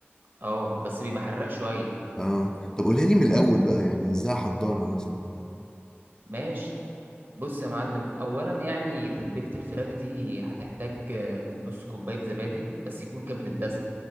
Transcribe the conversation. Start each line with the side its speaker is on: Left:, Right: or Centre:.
Right: اه بس بيبقى حراق شوية
Left: اه طب قولها لي من الأول بقى يعني ازاي احضرها مثلا
Right: ماشي بص يا معلم اولا يعني تتبيلة الفراخ دي هتحتاج آه، نص كوباية زبادي بس يكون كامل الدسم